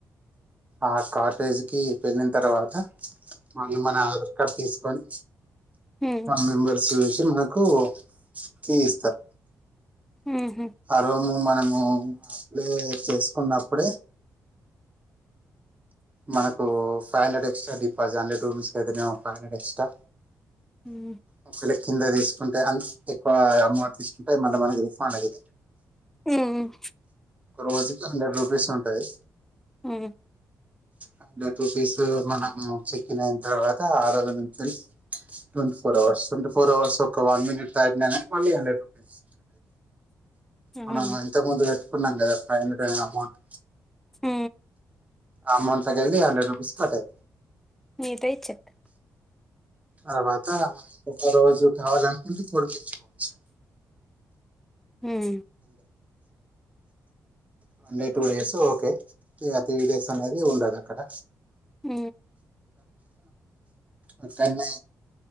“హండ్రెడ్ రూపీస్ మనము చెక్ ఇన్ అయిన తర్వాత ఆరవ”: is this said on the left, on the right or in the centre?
Right